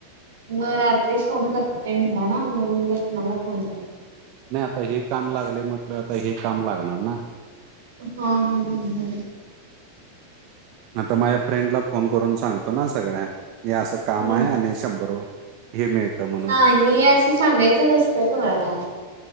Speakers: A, on the right; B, on the right.
A: मग रात्री फोन करताय म्हनला मग मी म्हणलं कुणाला फोन करताय
B: नाही आता हे काम लागलय म्हटलो आता हे काम लागणार ना
A: हा ह ह ह
B: आता माझ्या फ्रेंडला फोन करून सांगतो ना सगळ्या की असं काम
A: हा.
B: आहे आणि शंभर रुपये रुपये मिळतं म्हणून
A: नाही असं सांगायचं नसतय कुणाला